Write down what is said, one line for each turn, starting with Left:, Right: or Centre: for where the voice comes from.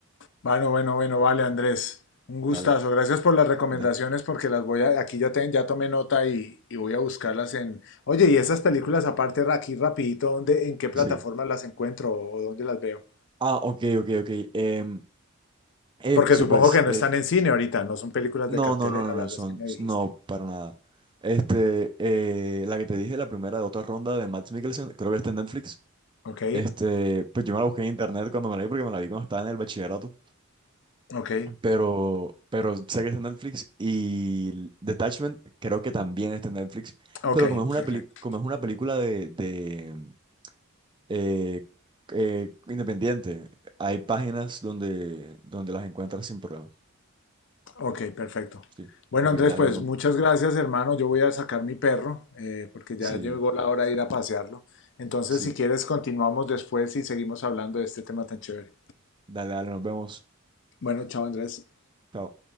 Left: Bueno, bueno, bueno, vale, Andrés. Un gustazo.
Right: Dale,
Left: Gracias por las recomendaciones
Right: ¿verdad?
Left: porque las voy a, aquí ya, te- ya tomé nota y, y voy a buscarlas en... Oye, y esas películas aparte aquí rapidito, ¿dónde, en qué plataforma
Right: Sí.
Left: las encuentro o dónde las veo?
Right: Ah, ok, ok, ok. em, eh,
Left: Porque
Right: sí,
Left: supongo
Right: pues,
Left: que no
Right: eh,
Left: están en cine ahorita, no son películas
Right: no,
Left: de cartelera,
Right: no, no, no,
Left: las
Right: no, son,
Left: dos que me dijiste.
Right: no, para nada. Este, eh, la que te dije, la primera de otra ronda de Mads Mikkelsen, creo que está en Netflix.
Left: Ok,
Right: Este, pues yo me la busqué en internet cuando me la vi porque me la vi cuando estaba en el bachillerato.
Left: ok,
Right: pero, pero sé que está en Netflix y Detachment creo que también está en Netflix,
Left: ok,
Right: pero como es una
Left: perfecto.
Right: peli- como es una película de, de, eh, eh, independiente, hay páginas donde, donde las encuentras sin problemas.
Left: Ok, perfecto.
Right: Sí,
Left: Bueno,
Right: ok,
Left: Andrés,
Right: dale,
Left: pues
Right: no,
Left: muchas gracias, hermano. Yo voy a sacar mi perro eh, porque ya
Right: sí,
Left: llegó la hora de ir a pasearlo. Entonces,
Right: sí,
Left: si quieres, continuamos después y seguimos hablando de este tema tan chévere.
Right: dale, dale, nos vemos.
Left: Bueno, chao, Andrés.
Right: Chao.